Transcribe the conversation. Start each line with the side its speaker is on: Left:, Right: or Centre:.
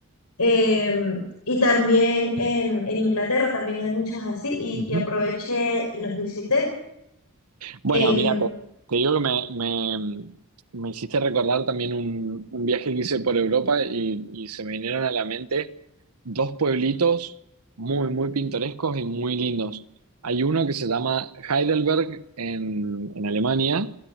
Left: em, y también en, en Inglaterra también hay muchos así y,
Right: Ujú.
Left: y aproveché y los visité.
Right: Bueno,
Left: Em,
Right: mira, te, te digo que me, me, me hiciste recordar también un, un viaje que hice por Europa y, y se me vinieron a la mente dos pueblitos muy, muy pintorescos y muy lindos. Hay uno que se llama Heidelberg en, en Alemania,